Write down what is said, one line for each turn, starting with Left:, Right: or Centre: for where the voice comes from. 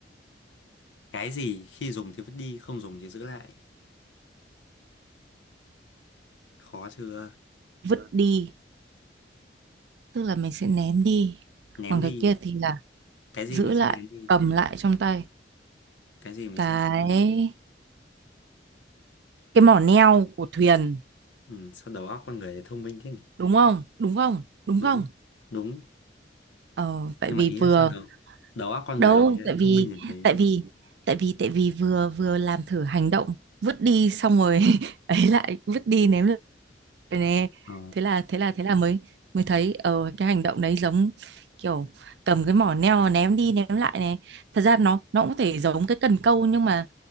Left: Cái gì khi dùng thì vứt đi, không dùng thì giữ lại. Khó chưa?
Right: Vứt đi tức là mình sẽ ném đi
Left: Ném
Right: còn
Left: đi.
Right: cái kia thì là
Left: Cái gì
Right: giữ
Left: mình
Right: lại
Left: sẽ ném đi?
Right: cầm lại trong tay
Left: Cái gì mình
Right: cái
Left: sẽ ném đi?
Right: cái mỏ neo của thuyền
Left: Ừ, sao đầu óc con người lại thông minh thế nhỉ?
Right: đúng không đúng không đúng
Left: Đúng,
Right: không
Left: đúng.
Right: ờ tại
Left: Nhưng
Right: vì
Left: mà ý là
Right: vừa
Left: sao đầu đầu óc con
Right: đâu
Left: người lại lại
Right: tại vì
Left: thông minh như thế?
Right: tại vì tại vì tại vì vừa vừa làm thử hành động vứt đi xong rồi <laughs> ấy lại vứt đi ném lại nè
Left: Ờ.
Right: thế là thế là thế là mới mới thấy ờ cái hành động đấy giống kiểu cầm cái mỏ neo ném đi ném lại này thật ra nó nó cũng có thể giống cái cần câu nhưng mà